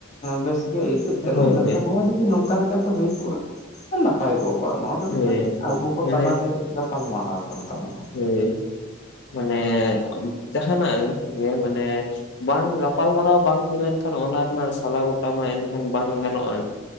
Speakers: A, on the left (about 35°); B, on the left (about 60°).
A: ᱵᱮᱥ ᱜᱮ ᱟᱹ ᱪᱤᱠᱟᱟᱹᱜ ᱠᱟᱱᱟ
B: ᱦᱳᱭ
A: ᱢᱮᱱᱠᱷᱟᱱ
B: ᱦᱳᱭ
A: ᱱᱚᱣᱟ ᱡᱩᱫᱤ ᱱᱚᱝᱠᱟ ᱞᱮᱠᱟᱛᱮ ᱦᱩᱭ ᱠᱚᱜᱼᱟ ᱱᱟᱯᱟᱭ ᱠᱚᱜᱚᱜᱼᱟ ᱱᱚᱣᱟ ᱢᱤᱫᱴᱟᱝ
B: ᱦᱳᱭ
A: ᱟᱵᱚ ᱠᱚ
B: ᱢᱟᱱᱮ
A: ᱛᱟᱞᱟᱨᱮ ᱜᱟᱯᱟᱞ ᱢᱟᱨᱟᱨᱟᱣ ᱠᱟᱱ ᱛᱟᱵᱚᱱᱟ
B: ᱦᱮᱸ ᱢᱟᱱᱮ ᱡᱟᱦᱟᱱᱟᱜ ᱜᱮ ᱢᱟᱱᱮ ᱵᱟᱝ ᱜᱟᱯᱟᱞᱢᱟᱨᱟᱣ ᱵᱟᱝ ᱦᱩᱭ ᱞᱮᱱᱠᱷᱟᱱ ᱚᱱᱟ ᱨᱮᱱᱟᱜ ᱥᱟᱞᱟ ᱜᱚᱴᱟ ᱢᱟ ᱮᱱᱠᱷᱟᱱ ᱵᱟᱝ ᱜᱟᱱᱚᱜᱼᱟ